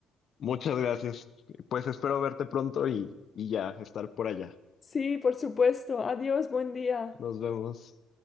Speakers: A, on the left; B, on the left.
A: muchas gracias. Pues espero verte pronto y, y ya estar por allá.
B: Sí, por supuesto. Adiós, buen día.
A: Nos vemos.